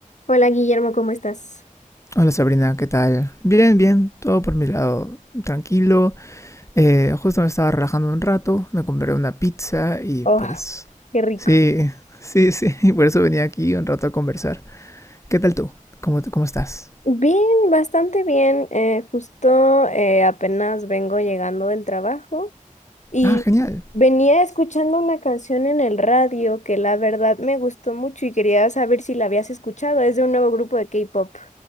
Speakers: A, on the left; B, on the left.
A: Hola Guillermo, ¿cómo estás?
B: Hola Sabrina, ¿qué tal? Bien, bien, todo por mi lado tranquilo. Eh, justo me estaba relajando un rato, me compré una pizza y
A: Oh,
B: pues
A: qué rico.
B: sí, sí, sí, <laughs> y por eso venía aquí un rato a conversar. ¿Qué tal tú? ¿Cómo, te- cómo estás?
A: Bien, bastante bien. eh, justo eh, apenas vengo llegando del trabajo y
B: Ah, genial.
A: venía escuchando una canción en el radio que la verdad me gustó mucho y quería saber si la habías escuchado. Es de un nuevo grupo de K-pop.